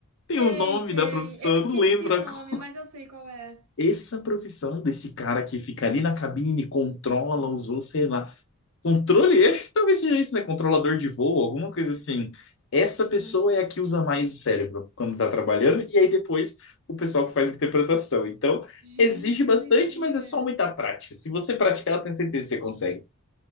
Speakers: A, on the left (about 60°); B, on the right (about 85°).
A: Tem
B: Sei,
A: o nome
B: sei.
A: da profissão,
B: Eu esqueci
A: eu não lembro
B: o
A: agora.
B: nome, mas eu sei qual é.
A: Essa profissão desse cara que fica ali na cabine, controla os voos, sei lá. Controle, acho que talvez seja isso, né? Controlador de voo, alguma coisa assim. Essa
B: Uhum.
A: pessoa é a que usa mais o cérebro quando tá trabalhando, e aí depois o pessoal que faz a interpretação. Então,
B: Gente,
A: exige
B: que
A: bastante,
B: doideira.
A: mas é só muita prática. Se você praticar, eu tenho certeza que você consegue.